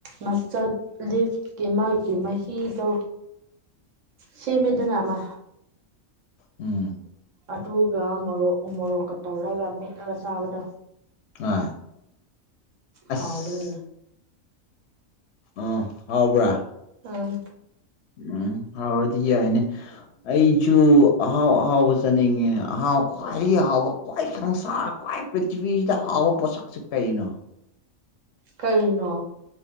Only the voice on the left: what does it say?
ꯎꯝ
ꯑ ꯑꯁ
ꯑꯥ ꯍꯥꯎꯕ꯭ꯔꯥ
ꯎꯝ ꯍꯥꯎꯔꯗꯤ ꯌꯥꯏꯅꯦ ꯑꯩꯁꯨ ꯑꯍꯥꯎ ꯑꯍꯥꯎꯕ ꯆꯠꯅꯤꯡꯉꯦꯅꯦ ꯑꯍꯥꯎ ꯈ꯭ꯋꯥꯏꯗꯒꯤ ꯑꯍꯥꯎꯕ ꯈ꯭ꯋꯥꯏ ꯁꯪꯁꯥ ꯈ꯭ꯋꯥꯏ ꯄ꯭ꯔꯤꯊꯤꯕꯤꯁꯤꯗ ꯍꯥꯎꯕ ꯄꯣꯠꯁꯛꯁꯤꯦ ꯀꯩꯅꯣ